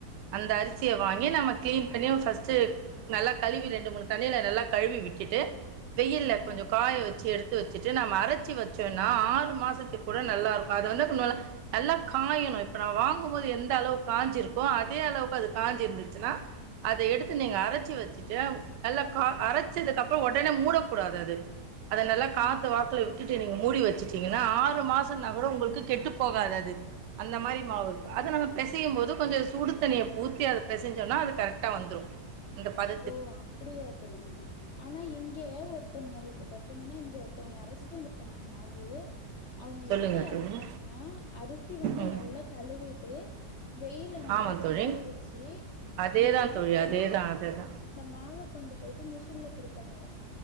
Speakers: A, on the right; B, on the left.
A: அந்த அரிசிய
B: ஆமா
A: வாங்கி நம்ம கிளீன் பண்ணி ஃபர்ஸ்ட்ட் நலக் கழுவி ரண்டு மூணுண்ணில நல்ல கழுவிட்டு விட்டுட்டு வெயில கொஞ்சோ
B: ஆ
A: காய வச்சு எடுத்து வச்ச ந அரைச்சி வச்சோம்னா ஆறு மாசத்து கூட நல்லா இருது வ நல்லா காயணு இப்ப ந வாங்குபோது எந்த அளவுக்கு காயஞ்சிருக்கோ அதே அளவுக்கு அது காஞ்சி இருந்துச்சுன்னா அத எடுத்து
B: ஓ
A: நீங்க அரச்சி வச்சுட்டு நல்லா க அரச்சதுக்கப்புறோ உடனே கூடாதது அத நல்லா காத்து
B: ஆ
A: வாக்கல விட்டுட்டு நீங்க மூடி வச்சுட்டீங்கன்னா ஆறு மாசோ நகரு உங்களுக்கு கெட்டு போகாது அது அந்த மாரி மாவு இருக்கு
B: ஓ
A: அத நம்ம பிசையு போது கொஞ்ச சுடு தண்ணியை ஊத்தி அத பிசைஞ்சோன்னா அது கரெக்டா வந்துரு அந்த பத
B: ஓ அப்படியா தோழி ஆனா இங்க ஒரு த்தவங்களுக்கு பாத்தீங்கன்னா இங்க ஒருத்தவங்க அரைச்சிட்டு வந்திருக்காங்க மாவு அவங்க
A: சொல்லுங்க
B: எப்படி
A: தோழி
B: அரைப்பாங்கன்னா அரிசி வந்து
A: ம்
B: நல்லா கழுவிட்டு வெயில நல்லா
A: ஆமா தோழி
B: காய வச்சு
A: அதேதா
B: அந்த மாவு
A: தோழி
B: கொண்டு
A: அதேதா அதேதா
B: மாவ கொண்டு போயிட்டு மிஷின்ல குடுப்பாங்களா